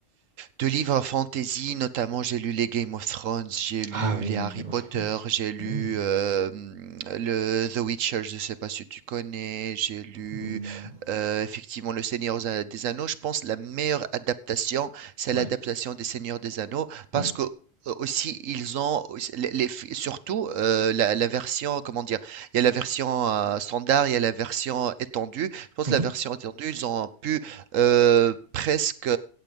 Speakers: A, on the right (about 85°); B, on the right (about 40°).
A: De livres fantasy, notamment, j'ai lu les Game of Thrones, j'ai lu
B: Ah oui,
A: les Harry
B: Game
A: Potter,
B: of Thrones.
A: j'ai lu
B: Oui.
A: euh, hum, le The Witcher, je ne sais pas si tu connais, j'ai lu
B: Mm.
A: euh, effectivement Le Seigneur des A- des Anneaux. Je pense la meilleure adaptation, c'est
B: Ouais.
A: l'adaptation des Seigneurs des Anneaux, parce
B: Ouais.
A: que euh, aussi ils ont aussi- les, les fi- surtout euh, la, la version comment dire il y a la version euh, standard il y a la version étendue je pense
B: Mhm.
A: que la version étendue ils ont pu euh, presque